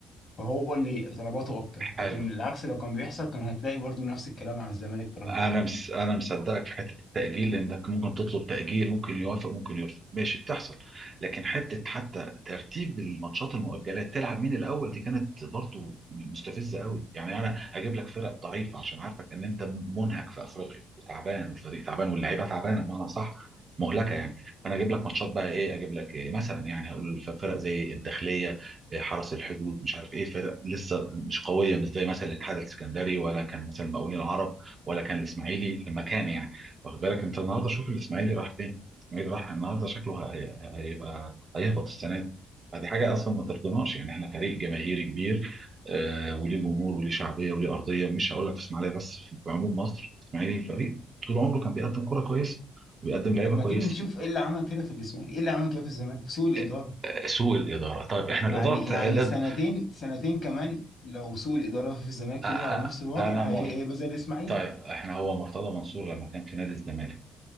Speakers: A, on the left; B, on the right.
A: فهو اللي طلباته اكتر
B: حلو
A: لكن العكس لو كان بيحصل كان هتلاقي برضه نفس الكلام على الزمالك طلباته
B: انا
A: اكتر
B: مس... انا مصدقك في حته التاجيل انك ممكن تطلب تاجيل ممكن يوافق ممكن يرفض ماشي بتحصل لكن حته حتى ترتيب الماتشات المؤجلات تلعب مين الاول دي كانت برضو مستفزه قوي يعني انا هجيب لك فرق ضعيفه عشان عارفك ان انت منهك في افريقيا وتعبان والفريق تعبان واللعيبه تعبانه بمعنى صح مهلكه يعني فانا اجيب لك ماتشات بقى ايه اجيب لك إيه؟ مثلا يعني هقول ف- فرق زي الداخليه إيه، حرس الحدود مش عارف ايه فرق لسه مش قويه مش زي مثلا الاتحاد السكندري ولا كان مثلا المقاولين العرب ولا كان الاسماعيلي لما كان يعني واخد بالك انت النهارده شوف الاسماعيلي راح فين الاسماعيلي راح النهارده شكله هي- هيبقى هيهبط السنه دي فدي حاجه اصلا ما ترضناش يعني احنا فريق جماهيري كبير آه وليه جمهور وليه شعبيه وليه ارضيه مش هقول لك في اسماعيليه بس في عموم مصر الاسماعيلي فريق طول عمره كان بيقدم كره كويسه وبيقدم لعيبه
A: طب ما
B: كويسه
A: تيجي نشوف ايه اللي عمل كده في الاسماعيلي ايه اللي عمل كده في الزمالك سوء الاداره
B: آه، آه، سوء الاداره طيب احنا
A: يعني
B: الاداره بتاع
A: يعني
B: الأد...
A: سنتين سنتين كمان لو سوء الاداره في الزمالك فضل
B: آه، آه،
A: على نفس الوضع
B: انا
A: هي-
B: موافق
A: هيبقى زي الاسماعيلي
B: طيب احنا هو مرتضى منصور لما كان في نادي الزمالك